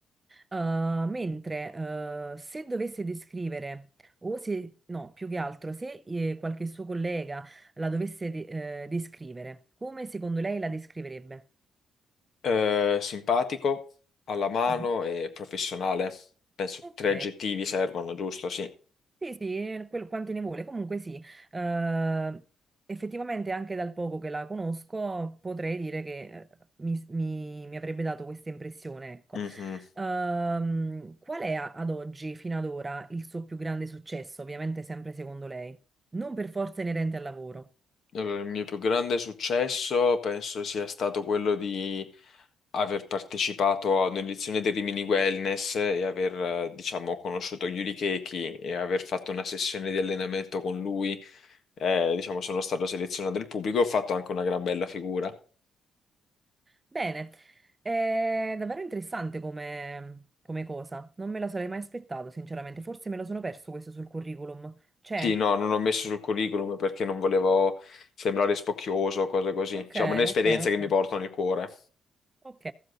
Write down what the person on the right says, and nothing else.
Uh, mentre uh, se dovesse descrivere, o se no, più che altro, se eh, qualche suo collega la dovesse de- eh, descrivere, come secondo lei la descriverebbe?
Mhm.
Ok,
Sì, sì, quello- quanti ne vuole. Comunque sì, eh, effettivamente anche dal poco che la conosco potrei dire che eh, mi, mi- mi avrebbe dato questa impressione, ecco.
Ehm, qual è a- ad oggi, fino ad ora, il suo più grande successo? Ovviamente sempre secondo lei, non per forza inerente al lavoro.
Bene, è davvero interessante come, come cosa. Non me lo sarei mai aspettato, sinceramente. Forse me lo sono perso questo sul curriculum. C'è?
Ok,
ok, ok.
Ok,